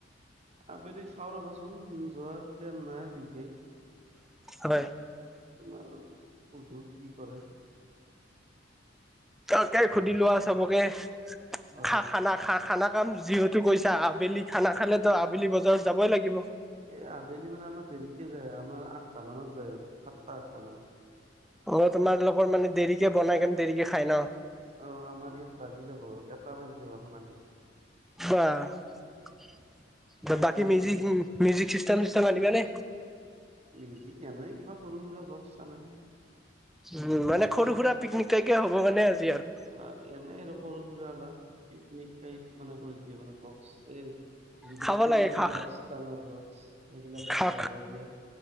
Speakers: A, on the right (about 35°); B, in the centre.
A: আবেলি চাওঁ ৰ'বাচোন, যোৱাৰ প্লেন নাই বিশেষ।
B: হয়।
A: তোমাৰ শুধু, কি কৰে?
B: তাকে সুধি লোৱা চবকে,
A: হয়
B: খা -খানা, খা -খানা, খাম যিহেতু গৈ এতিয়া আবেলি খানা খালেতো আবেলি বজাৰত যাবই লাগিব।
A: এ আবেলি মানে আমাৰ দেৰিকে যায় আমাৰ আঠটা মানত যায়, সাতটা আঠটা মানত।
B: অ, তোমালোকৰ মানে দেৰিকে বনাই কেনে দেৰিকে খাই ন।
A: অ, আমাৰ ইয়াত বাজি যাব, এটা বাজি যাব খানা খাওঁতে।
B: বাহঃ
A: কেতিয়াবা
B: বাকী মিউজিক মিউজিক চিষ্টেম আনিবা নে?
A: মিউজিক এনেই কিবা সৰু সুৰা বক্স আনেই।
B: উম মানে সৰু সুৰা পিকনিক তাইপে হ'ব মানে আজি আৰু।
A: অ এনেই আৰু সৰু সুৰা অলপ, পিকনিক টাইপ মানে কৰি দিয়ে মানে বক্স এই - যিবিলাক
B: খাব
A: সৰু
B: লাগে
A: সৰু
B: খা
A: বক্স, ডাঙৰ বক্স এইবিলাকত
B: খা
A: বাজাই দিয়ে।